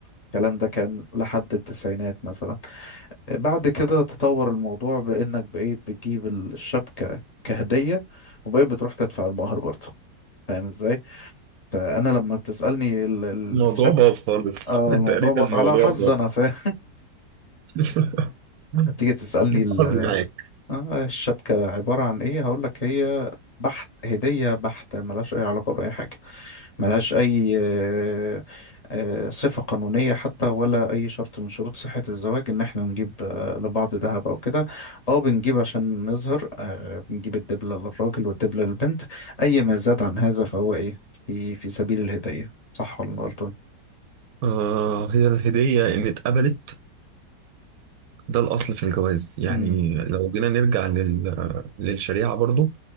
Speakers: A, on the left; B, on the right.
A: الكلام ده كان لحد التسعينات مثلا بعد كده تطور الموضوع بإنك بقيت بتجيب الشبكة كهدية وبقيت بتروح تدفع المهر برضه فاهم ازاي؟ فأنا لما بتسألني ال- ال-
B: الموضوع
A: الشبكة
B: باظ خالص
A: آه
B: <laughs>
A: الموضوع
B: تقريبا
A: بص
B: الموضوع
A: على حظ
B: باظ
A: أنا فاهم
B: <laughs>
A: <laughs> تيجي تسألني
B: حظي معاك
A: آه الشبكة عبارة عن إيه؟ هقولك هي بحت هدية بحتة ملهاش أي علاقة بأي حاجة ملهاش أي آه، آه، صفة قانونية حتى ولا أي شرط من شروط صحة الزواج إن إحنا نجيب آه، لبعض ذهب أو كده أو بنجيب عشان نظهر آه، بنجيب الدبلة للراجل والدبلة للبنت أي ما زاد عن هذا فهو إيه؟ في في سبيل الهدية صح ولا أنا غلطان؟
B: آه هي الهدية إن اتقبلت ده الأصل في الجواز يعني
A: امم
B: لو جينا نرجع لل... للشريعة برضو